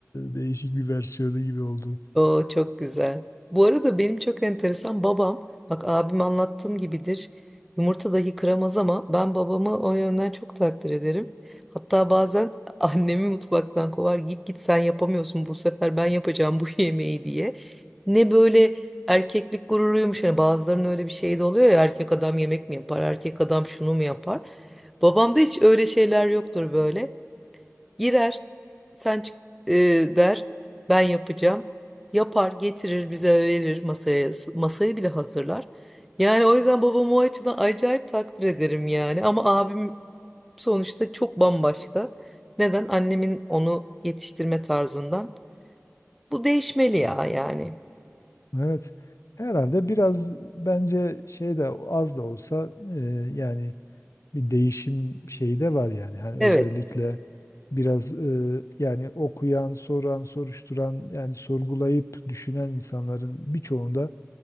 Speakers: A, on the left; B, in the centre.
A: değişik bir versiyonu gibi oldu.
B: Oo çok güzel. Bu arada benim çok enteresan babam, bak abim anlattığım gibidir. Yumurta dahi kıramaz ama ben babamı o yönden çok takdir ederim. Hatta bazen <laughs> annemi mutfaktan kovar git git sen yapamıyorsun bu sefer ben yapacağım bu <laughs> yemeği diye. Ne böyle erkeklik gururuymuş hani bazılarının öyle bir şeyi de oluyor ya erkek adam yemek mi yapar erkek adam şunu mu yapar. Babamda hiç öyle şeyler yoktur böyle. Girer, sen çık e, der, ben yapacağım. Yapar, getirir, bize verir masaya. S- Masayı bile hazırlar. Yani o yüzden babamı o açıdan acayip takdir ederim yani. Ama abim sonuçta çok bambaşka. Neden? Annemin onu yetiştirme tarzından. Bu değişmeli ya yani.
A: Evet. Herhalde biraz bence şey de az da olsa e, yani bir değişim şeyi de var yani. Hani
B: Evet,
A: özellikle biraz e, yani okuyan, soran, soruşturan yani sorgulayıp düşünen insanların birçoğunda